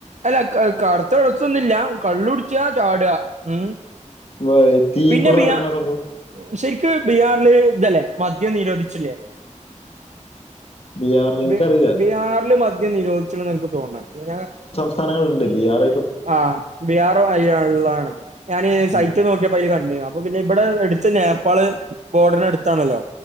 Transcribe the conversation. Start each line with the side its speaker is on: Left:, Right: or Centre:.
Right: അല്ല ക കറ്ത്ത ഡ്രെസ്സൊന്നുല്ല. കള്ളുട്ച്ച. ചാട്അ. ഉം
Left: വാ, തീ
Right: പിന്നെ
Left: കൂടെ
Right: ബിയാ
Left: നടക്ക്ണ സംഭവം.
Right: ശരിക്ക് ബീഹാറില് ഇതല്ലേ മദ്യം നിരോധിച്ചില്ലേ?
Left: ബീഹാറിൽ എനിക്കറിയില്ല
Right: ബി ബീഹാറില് മദ്യം നിരോധിച്ക്ക്ണ്ന്ന് അനക്ക് തോന്നുട ഞാൻ
Left: സ്ഥാനങ്ങളൾണ്ട് ബി ആർ
Right: ആ, ബീഹാറൊ അയ <unintelligible> ള്ളാണ്. ഞാന് സൈറ്റ്
Left: ഉം
Right: നോ <unintelligible> പ അയില് കണ്ട്. അപ്പ പിന്നെ ഇബ്ടെ എട്ത്തന്നെ നേപ്പാള് ബോർഡറ് അട്ത്താണല്ലോ.